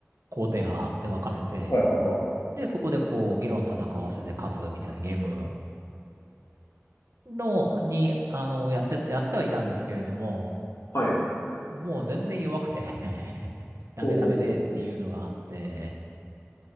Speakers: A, on the right (about 80°); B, on the left (about 80°).
A: 肯定派で分かれて、
B: はい、はい、はい、
A: で、そこでこう、議論戦わせて勝つみたいなゲームの、に、あの、やって、やってはいたんですけれども、
B: はい、
A: もう全然弱くて <laughs> ダメダメでっていうのがあって、
B: ほうほうほう。